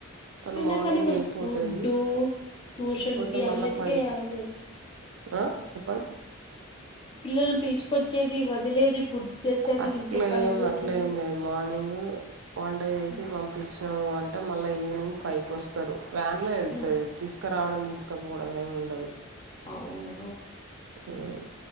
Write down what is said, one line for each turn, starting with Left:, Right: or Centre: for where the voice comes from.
Right: తను
Left: అనా
Right: మార్నింగ్
Left: కానీ వాళ్ళకి
Right: వెళ్ళిపోతది
Left: ఫుడ్డు ట్యూషన్
Right: వెళ్ళిపోతే
Left: కి
Right: మళ్ళా
Left: అన్నిటికి
Right: ఫైవ్
Left: <unintelligible>
Right: ఆ చెప్పండ్
Left: పిల్లల్ పిలుచుకొచ్చేది వదిలేది ఫుడ్ చేసేది
Right: అట్లెం
Left: ఇంట్లో పనులు చేసేది
Right: అట్లెం లేదు మార్నింగు వంట చేసి
Left: ఉమ్,
Right: పంపించినము అంటే మళ్ళీ ఈవినింగ్ ఫైకోస్ స్తరు వ్యాన్ లో వెళ్తారు
Left: ఉమ్.
Right: తీసుకురావడం తీసుకపోవడం ఏమి ఉండదు
Left: అవున
Right: ఉమ్